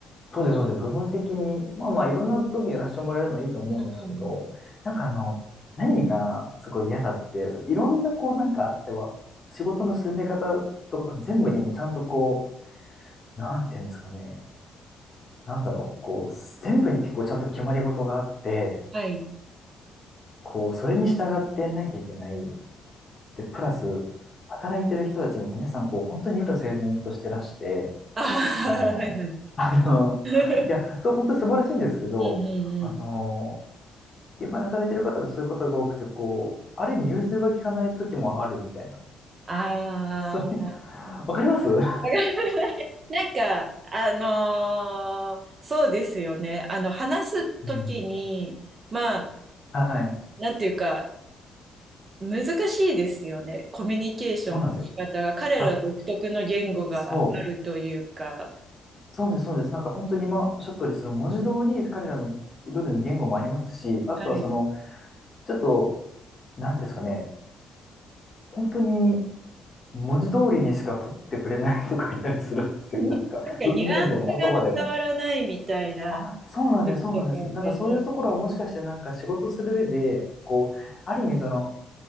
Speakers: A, on the left; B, on the right.
A: そうです、そうです。部分的に、まあまあ、いろんな部分やらせてもらえるのいいと思うんですけど、
B: うんうんうん。
A: なんかあの、何がすごい嫌だって、そのいろんなこう、なんかあっては、仕事の進め方とか全部にもちゃんとこう、なんていうんですかね、なんだろう、こう、全部に結構ちゃんと決まり事があって、
B: はい。
A: こう、それに従ってやんなきゃいけない。で、プラス、働いてる人たちも皆さん、こう、本当に理路整然としてらして、
B: ああ、
A: あの、
B: はいはい。
A: あの、
B: うん
A: いや、そう、本当に素晴らしいんですけど、
B: うん
A: あの、
B: うん。
A: 現場で働いてる方でそういう方が多くて、こう、ある意味融通が利かない時もあるみたいな。
B: あ
A: それ、
B: あ、<laughs> わ
A: わかりますう
B: かりますなんか、あのーそうですよね。あの、話すときに、
A: ん。
B: まあ、
A: はい。
B: なんていうか、難しいですよね。コミュニケーションの仕方が、
A: そうなんですよ。
B: 彼ら独特の言語があるというか、
A: あ、そう。そうです、そうです。なんか本当に今おっしゃった通り、その文字通り彼らのドルの言語もありますし、あとはその、
B: はい。
A: ちょっとなんていうんですかね、本当に文字通りにしか取ってくれない人がいたりするんですよ。
B: になんかニュアンスが伝わらないみたいな。
A: なんか文面でも言葉でも。あ、そうなんです、そうなんです。
B: うんうん
A: なんかそういうところはもしかしてなんか仕事する上で、こう、ある意味その、